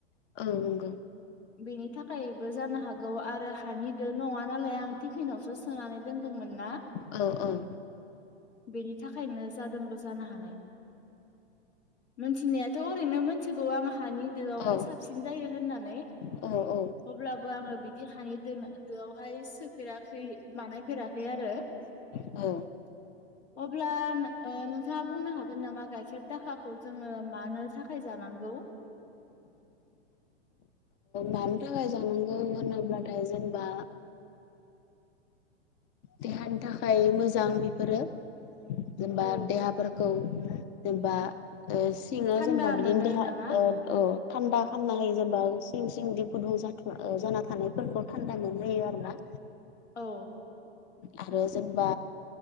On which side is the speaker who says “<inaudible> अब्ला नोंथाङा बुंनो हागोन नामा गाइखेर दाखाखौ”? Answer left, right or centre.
Left